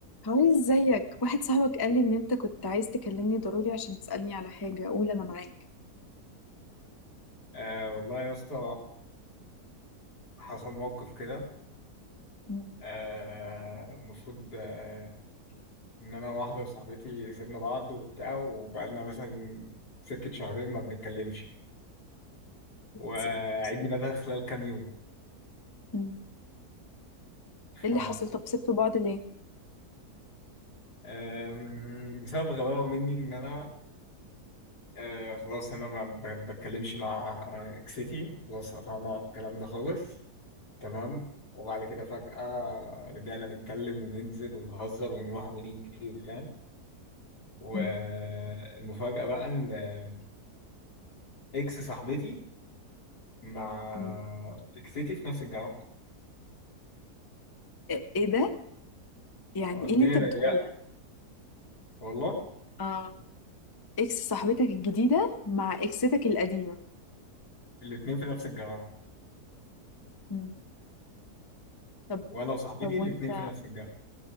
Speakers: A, on the left; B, on the left.
A: هاي ازيك واحد صاحبك قال لي ان انت كنت عايز تكلمني ضروري عشان تسألني على حاجة اقول انا معاك
B: آه والله يا اسطى حصل موقف كده
A: مم.
B: آه المفروض آه ان انا وواحده وصاحبتي سيبنا بعض وبتاع وبقالنا مثلا سكه شهرين ما بنتكلمش وعيد
A: بس ايه اللي حصل
B: ميلادها خلال كام يوم
A: مم.
B: ف
A: إيه اللي حصل؟ طب سبتوا بعض ليه
B: آم، بسبب غباوه مني ان انا آه خلاص انا ما ب- بتكلمش مع اكسيتي خلاص قطعنا الكلام ده خالص تمام وبعد كده فجأة رجعنا نتكلم وننزل ونهزر ونروح ونيجي وبتاع والمفاجأة
A: مم.
B: بقى إن إكس صاحبتي مع
A: مم.
B: إكستي في نفس الجامعة
A: ايه إيه ده يعني
B: الدنيا
A: ايه اللي انت بتقوله
B: ضيقة
A: ده
B: والله
A: اه اكس صاحبتك الجديدة مع اكستك القديمة
B: الاتنين في نفس الجامعة
A: مم. طب
B: وأنا وصاحبتي
A: طب وانت
B: الاتنين في نفس الجامعة